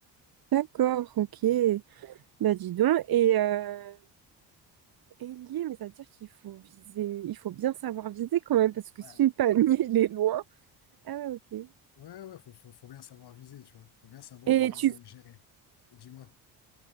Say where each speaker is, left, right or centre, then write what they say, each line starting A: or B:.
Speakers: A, on the right; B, on the left.
A: D'accord, ok.
B: Mm.
A: Bah dis donc, et euh, ailier, mais ça veut dire qu'il faut viser, il faut bien savoir viser quand même, parce que
B: Ouais.
A: si le panier <laughs> il est loin. Ah ouais, ok.
B: Ouais, ouais, faut, faut, faut bien savoir viser, tu vois. Faut bien savoir
A: Et
B: euh,
A: tu
B: gérer. Dis-moi.